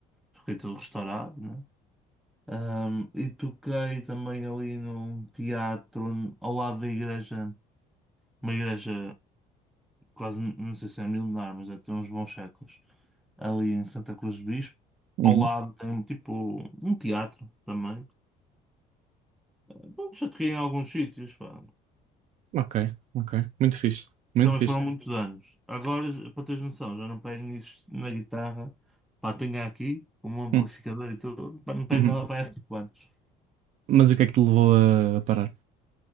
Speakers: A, in the centre; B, on the right.
A: Fiquei todo restaurado, né? Ahm, e toquei também ali num teatro ao lado da igreja, uma igreja quase, não sei se é milenar, mas é tem uns bons séculos, ali em Santa Cruz do Bispo.
B: uhum.
A: Ao lado tem um tipo um teatro também. Ah, Bom, já toquei em alguns sítios, pá.
B: Ok, ok. Muito fixe, muito
A: Também
B: fixe.
A: foram muitos anos. Agora, para teres noção, já não pego nisso na guitarra, pá, tenho aqui como um amplificador
B: Hum,
A: e tudo, pá, não pego
B: uhum.
A: nada para há cinco anos.
B: Mas o que é que te levou a parar?